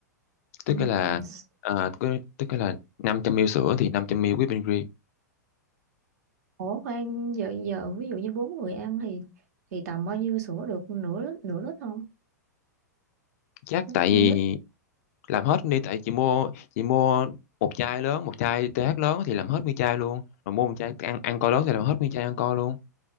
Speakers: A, on the left (about 55°); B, on the right (about 60°).
A: tức
B: Ừm,
A: là
B: s-
A: ờ, cứ- tức là 500ml sữa thì 500ml whipping cream
B: ủa khoan giờ giờ ví dụ như bốn người ăn thì thì tầm bao nhiêu sữa được nửa lít nửa lít không?
A: chắc tại
B: Hai
A: vì
B: lít.
A: làm hết đi tại chị mua chị mua một chai lớn một chai TH lớn thì làm hết nguyên chai luôn rồi mua một chai ăn ăn co lớn thì làm hết nguyên chai ăn co luôn